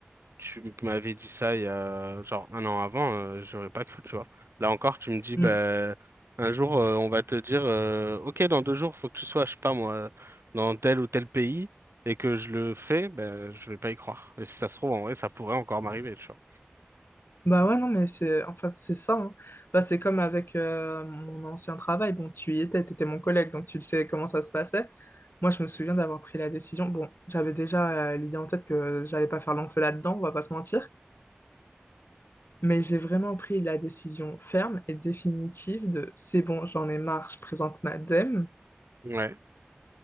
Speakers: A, on the right; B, on the left.
A: tu m'avais dit ça il y a genre un an avant, euh, j'aurais pas cru, tu vois. Là encore, tu me dis,
B: Hmm.
A: bah, un jour, euh, on va te dire, euh, ok, dans deux jours, faut que tu sois, je sais pas moi, dans tel ou tel pays, et que je le fais, ben je vais pas y croire. Et si ça se trouve, en vrai, ça pourrait encore m'arriver, tu vois.
B: Bah ouais, non, mais c'est enfin, c'est ça. hein. Bah, c'est comme avec euh, mon ancien travail. Bon, tu y étais, tu étais mon collègue, donc tu le sais comment ça se passait. Moi, je me souviens d'avoir pris la décision. Bon, j'avais déjà euh, l'idée en tête que j'allais pas faire l'enfeu là-dedans, on va pas se mentir. Mais j'ai vraiment pris la décision ferme et définitive de c'est bon, j'en ai marre, je présente ma dème
A: Ouais,